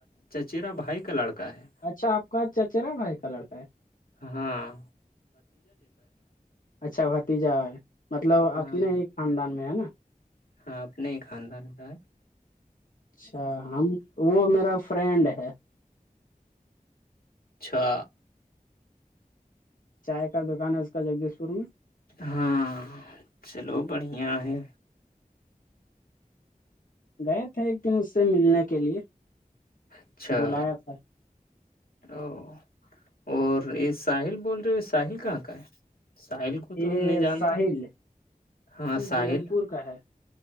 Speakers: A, on the left (about 80°); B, on the left (about 65°).
A: چچیرا بھائی کا لڑکا ہے
B: اچھا آپ کا چچرا بھائی کا لڑکا ہے
A: ہوں
B: اچھا بھتیجا مطلب
A: ہاں
B: اپنے ایک خھاندان میں ہے نا
A: ہاں اپنے ہی خاندان کا ہے
B: اچھا ہم وہ میرا فرینڈ ہے
A: اچھا
B: چائے کا دکان ہے اس کا جگدیش پور میں
A: ہاں سلو بڑھیا ہے
B: گئے تھے ایک دن اس سے ملنے کے لیے
A: اچھا
B: بلایا تھا
A: او اور یہ ساحل بول رہے ہو ساحل کہاں کا ہے ساحل کو کو تو
B: یہ
A: ہم نہیں جانتے
B: ساحل
A: ہاں ساحل
B: دلم پور کا ہے